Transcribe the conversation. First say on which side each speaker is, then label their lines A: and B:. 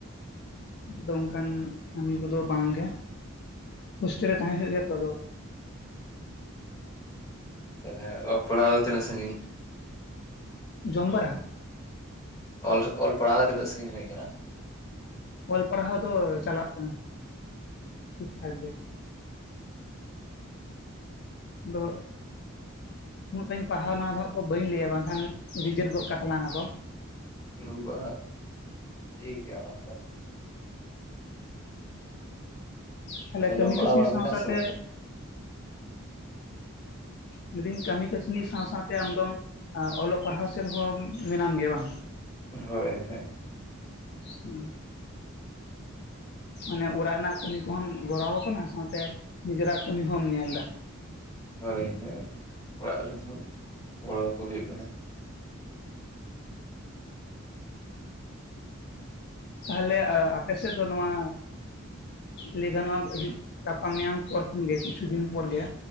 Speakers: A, on the left; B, on the left.
A: ᱟᱫᱚ ᱚᱱᱠᱟᱱ ᱠᱟᱹᱢᱤ ᱠᱚᱫᱚ ᱵᱟᱝᱜᱮ᱾ ᱦᱳᱥᱴᱮᱞ ᱨᱮ ᱛᱟᱦᱮᱸ ᱦᱳᱭᱳᱜ ᱜᱮᱭᱟ ᱛᱚ ᱟᱫᱚᱼᱼ
B: ᱛᱟᱦᱚᱞᱮ ᱚᱞ ᱯᱟᱲᱦᱟᱣ ᱫᱚ ᱛᱤᱱᱟᱹᱜ ᱥᱟᱺᱜᱤᱧ᱾
A: ᱡᱚᱢᱵᱟᱨᱟ?
B: ᱚᱞ ᱚᱞ ᱯᱟᱲᱦᱟᱣ ᱛᱤᱱᱟᱹᱜ ᱥᱟᱺᱜᱤᱧ ᱦᱩᱭ ᱠᱟᱱᱟ?
A: ᱚᱞ ᱯᱟᱲᱦᱟᱣ ᱫᱚ ᱪᱟᱞᱟᱜ ᱠᱟᱱᱟ ᱴᱷᱤᱠ ᱴᱷᱟᱠ ᱜᱮ᱾ ᱫᱚᱻ ᱩᱱᱟᱹᱜ ᱴᱟᱧ ᱯᱟᱲᱦᱟᱣ ᱚᱱᱟ ᱫᱚ ᱦᱟᱜ ᱠᱚ ᱵᱟᱹᱧ ᱞᱟᱹᱭᱟ ᱵᱟᱝᱠᱷᱟᱱ ᱨᱤᱡᱮᱨ ᱜᱚᱫ ᱠᱟᱛᱟᱞᱟᱝ ᱟᱠᱚ᱾
B: ᱧᱩᱜᱵᱟᱜ ᱴᱷᱤᱠ ᱜᱮ ᱚᱱᱟᱫᱚ᱾
A: ᱛᱟᱦᱞᱮ
B: ᱛᱟᱦᱚᱞᱮ
A: ᱠᱟᱹᱢᱤ
B: ᱡᱚᱢ ᱵᱟᱲᱟ
A: ᱠᱟᱹᱥᱱᱤ
B: ᱫᱚ
A: ᱥᱟᱶ
B: ᱦᱩᱭᱱᱟ
A: ᱥᱟᱶᱛᱮ
B: ᱥᱮ ᱵᱟᱝ?
A: ᱞᱟᱹᱭᱫᱟᱹᱧ ᱠᱟᱹᱢᱤ ᱠᱟᱹᱥᱱᱤ ᱥᱟᱶ ᱥᱟᱶᱛᱮ ᱟᱢᱫᱚᱢ ᱚᱞᱚᱜ ᱯᱟᱲᱦᱟᱣ ᱥᱮᱫ ᱦᱚᱸ ᱢᱮᱱᱟᱢ ᱜᱮᱭᱟ ᱵᱟᱝ?
B: ᱦᱳᱭ ᱦᱮᱸ
A: ᱩᱸᱦᱩᱜ ᱢᱟᱱᱮ ᱚᱲᱟᱜ ᱨᱮᱱᱟᱜ ᱠᱟᱹᱢᱤ ᱠᱚᱦᱚᱢ ᱜᱚᱨᱟᱣ ᱠᱟᱱᱟ ᱥᱟᱶᱛᱮ ᱱᱤᱡᱮᱨᱟᱜ ᱠᱟᱹᱢᱤ ᱦᱚᱸᱢ ᱧᱮᱞ ᱫᱟ᱾
B: ᱦᱳᱭ ᱦᱳᱭ ᱚᱲᱟᱜ ᱨᱮᱱ ᱦᱚᱸ ᱜᱚᱲᱚᱣᱟᱠᱚ ᱦᱩᱭᱩᱜ ᱠᱟᱱᱟ᱾
A: ᱛᱟᱦᱚᱞᱮ ᱟᱯᱮ ᱥᱮᱫ ᱫᱚ ᱱᱚᱣᱟ ᱞᱟᱹᱭ ᱜᱟᱱᱚᱜ-ᱟ ᱜᱟᱯᱟ ᱢᱮᱭᱟᱝ ᱯᱚᱨ ᱠᱷᱚᱱᱜᱮ ᱠᱤᱪᱷᱩ ᱫᱤᱱ ᱯᱚᱨ ᱜᱮ